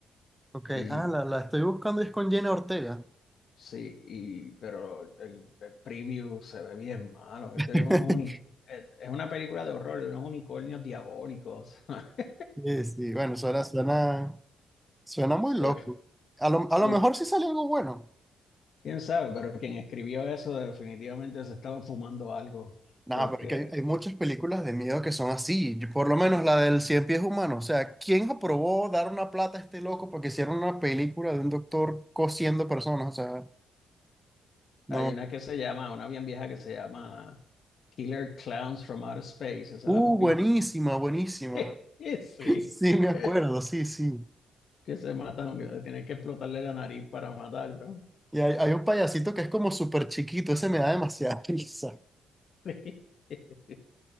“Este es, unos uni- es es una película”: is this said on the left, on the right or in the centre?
Left